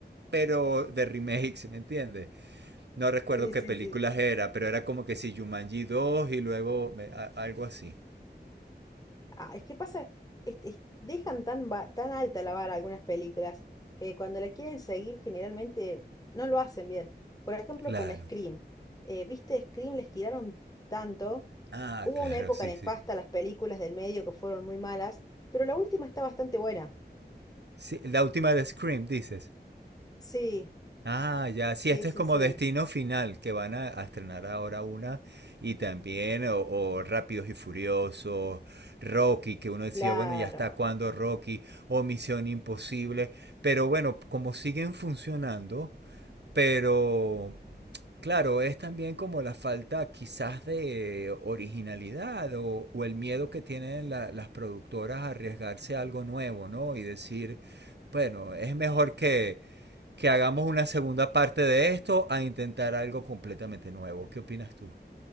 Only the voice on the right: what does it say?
pero de remakes, ¿sí ¿me entiendes? No recuerdo
qué
películas
era, pero era como que si Jumanji 2 y luego me- a- algo así.
Claro.
Ah,
claro,
sí,
sí.
Sí, la última de Scream, dices.
Ah, ya, sí,
este
es como
Destino Final, que van a, a estrenar ahora una. Y también, o, o Rápidos y Furiosos, Rocky, que uno decía,
bueno, ya está cuando Rocky, o Misión Imposible. Pero bueno, como siguen funcionando, pero Claro, es también como la falta quizás de originalidad o, o el miedo que tienen la- las productoras a arriesgarse a algo nuevo, ¿no? Y decir, bueno, es mejor que, que hagamos una segunda parte de esto a intentar algo completamente nuevo. ¿Qué opinas tú?